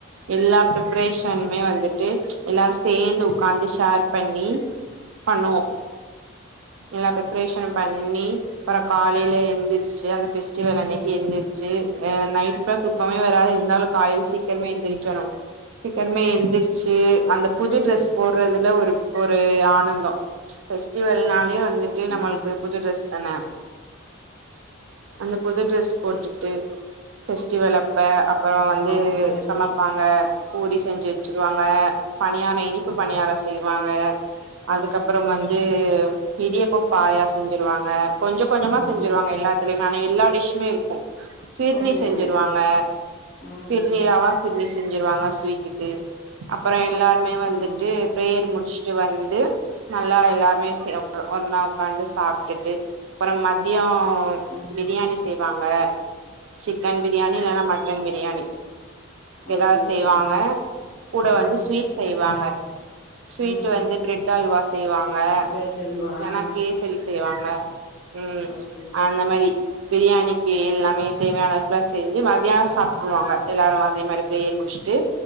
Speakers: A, on the right (about 70°); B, on the left (about 45°).
A: எல்லா பிப்ரேஷனுமே வந்துட்டு எல்லாரு சேந்து உக்காந்து ஷேர் பண்ணி பண்ணுவோ எல்லா ப்ரிப்ரேஷனு பண்ணி அப்றோ காலைல எந்திர்ச்சி அந்த ஃபெஸ்டிவல் அன்னைக்கு எந்திர்ச்சி அ நைட்லா தூக்கமே வராது இருந்தாலு காலைல சீக்கரமே எந்திரிக்கணு சீக்கரமே எந்திருச்சி அந்த புது
B: ஓகே
A: ட்ரஸ் போ ட்றதுல ஒரு ஒரு ஆனந்தோ ஃபெஸ்டிவல்னாலே வந்துட்டு
B: ம்
A: நம்மள்க்கு புது ட்ரஸ் தான அந்த புது ட்ரஸ் போட்டுட்டு ஃபெஸ்டிவல் அப்ப அப்பறோ வந்து
B: ஆமா ம்
A: சமப்பாங்க பூரி செஞ்சு வெச்சிருவாங்க பணியாரோ இனிப்பு பணியாரோ செய்வாங்க அதுக்கப்றம்
B: ம்
A: வந்து இடியப்பம் பாயா செஞ்சிருவாங்க கொஞ்ச கொஞ்சமா
B: ம்
A: செஞ்சிருவா ங்க எல்லாத்துலயுமே ஆனா எல்லா டிஷ்மே இருக்கு ஃபிரினி
B: ஓகே
A: செஞ்சிருவாங்க
B: ஓகே ம் ம்
A: ஃபிரினி ரவா ஃபிர்னி செஞ்சிருவாங்க ஸ்வீட்டுக்கு அப்பறோ எல்லார்மே வந்துட்டு
B: ம்
A: பிரேயர் முடிஸ்ட்டு வந்து நல்லா எல்லார்மே சேந்து ஒன்னா உக்காந்து சாப்ட்டுட்டு அப்றோ மதியோ
B: ம்
A: பிரியாணி செய்வாங்க சிக்கன் பிரியாணி இல்லனா மட்டன் பிரியாணி எதாவ்து
B: ஓகே ஓகே
A: செய்வாங்க
B: ம்
A: கூட வந்து
B: ம்
A: ஸ்வீட் செய்வாங்க ஸ்வீட்டு
B: ம்
A: வந்து ப்ரெட் அல்வா செய்வாங்க
B: பிரெட் அல்வா
A: இல்லனா
B: ஆ
A: கே சரி செய்வாங்க ம்
B: ஓகே
A: அந்த மாரி பிரியாணிக்கு எல்லாமே
B: ம்
A: தேவையான எல்லா செஞ்சு மத்யானோ சாப்ட்டுக்குவாங்க எல்லாரு அதே மாரி பிரேயர் முடிஸ்ட்டு